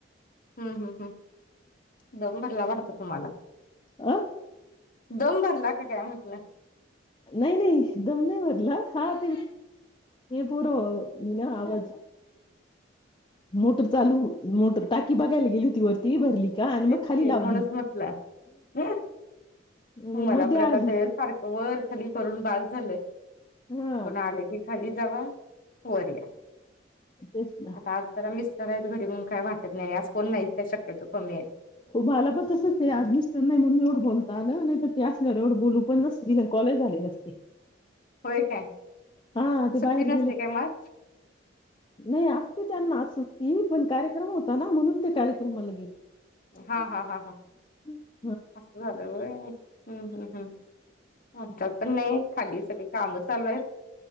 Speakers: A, on the left; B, on the left.
A: हम्म हम्म हम् दम भरला वाटत तुम्हाला?
B: अ
A: दम भरला का? काय? म्हटलं
B: नाही नाही दम नाही भरला हा ते हे पोर मी ना आवाज मोटर चालू मोटर टाकी बघायला गेली होती वरती भरली का आणि मग
A: तेच की
B: खाली लावली
A: म्हणूनच म्हटलं
B: मग
A: मलापण
B: मध्ये
A: आता
B: आली
A: द सारखं वर खाली करून बास झालंय
B: हा
A: कोणा आले की खाली? जावा वर या
B: तेच ना
A: आता आज जरा मीच <unintelligible> घरी म्हणून काय वाटत नाही आज कोण नाहीच शक्यतो कमी आहे
B: मला पण तसंच आहे आज मिस्टर नाही म्हणून एवढं बोलता आलं नाही तर ते असल्यावर एवढं बोलू पण नसते कॉल ही झाले नसते.
A: होय काय?
B: हा ते
A: सुट्टी
B: बाहेर
A: नसते
B: गेले
A: काय मग?
B: नाही असते त्यांना सुट्टी पण कार्यक्रम होता ना म्हणून ते कार्यक्रमाला गेले
A: हा
B: हम्म
A: हा हा हा
B: हम्म
A: असं झालं व्हय हम्म हम्म हम् आमच्या नाय खाली सगळे काम चालू हायत